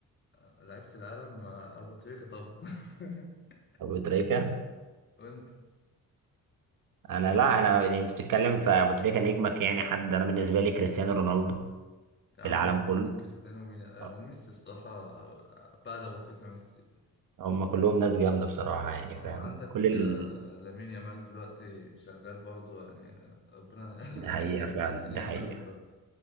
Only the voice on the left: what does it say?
آه، لعيبة العالم آه، أبو تريكة طبعا <laughs>
وأنت
يا
عم
لا،
كريستيانو مين- آه،
وميسي الصراحة آه، بعد أبو تريكة ميسي
آه،
عندك
آه، لامين يامال دلوقتي شغال برضه يعني آه، ربنا
<laughs>
ربنا
يخليه
يكمل بقى